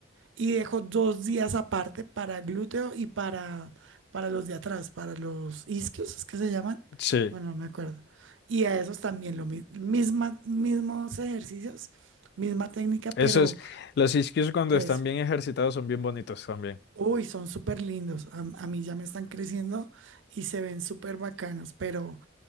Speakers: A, on the right; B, on the left.
A: Y dejo dos días aparte para glúteo y para, para los de atrás, para los isquios, ¿es que se llaman?
B: Sí.
A: Bueno, no me acuerdo. Y a esos también lo mi- misma, mismos ejercicios, misma técnica, pero
B: Eso es. Los isquios cuando
A: eso.
B: están bien ejercitados son bien bonitos también.
A: Uy, son súper lindos. A, a mí ya me están creciendo y se ven súper bacanos, pero